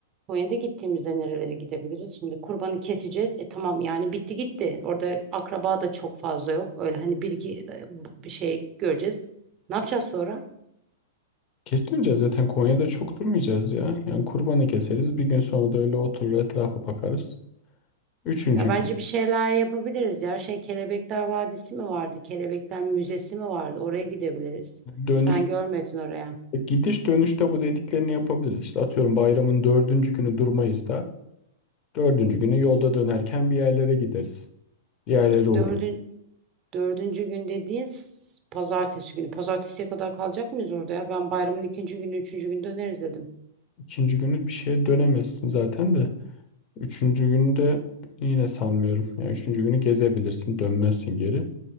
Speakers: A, on the right; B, on the left.
A: Konya'da gittiğimizde nerelere gidebiliriz? Şimdi kurbanı keseceğiz. E tamam yani bitti gitti. Orada akraba da çok fazla yok. Öyle hani bir iki e, bir şey göreceğiz. Ne yapacağız sonra?
B: Geç döneceğiz zaten Konya'da çok durmayacağız ya. Yani kurbanı keseriz. Bir gün sonra da öyle oturur etrafa bakarız. Üçüncü
A: Ya
B: gün
A: bence bir şeyler yapabiliriz ya. Şey Kelebekler Vadisi mi vardı? Kelebekler Müzesi mi vardı? Oraya gidebiliriz.
B: dönüş
A: Sen görmedin oraya.
B: E, Gidiş dönüşte bu dediklerini yapabiliriz. İşte atıyorum bayramın dördüncü günü durmayız da dördüncü günü yolda dönerken bir yerlere gideriz. Bir yerlere uğrarız.
A: Dördün, dördüncü gün dediğin s- pazartesi günü. Pazartesiye kadar kalacak mıyız orada ya? Ben bayramın ikinci günü, üçüncü günü döneriz dedim.
B: İkinci günü bir şeye dönemezsin zaten de. Üçüncü günü de yine sanmıyorum. Yani üçüncü günü gezebilirsin, dönmezsin geri.